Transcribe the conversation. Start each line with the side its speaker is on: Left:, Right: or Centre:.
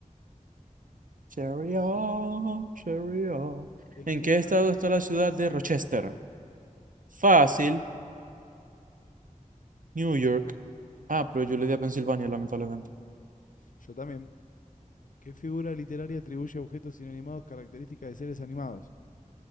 Right: Cherry on, cherry on.
Left: ¿En
Right: ¿En
Left: qué
Right: qué
Left: estado?
Right: estado está la ciudad de Rochester? Fácil, New York. Ah, pero yo le di a Pensilvania, lamentablemente.
Left: Yo también. ¿Qué figura literaria atribuye a objetos inanimados características de seres animados?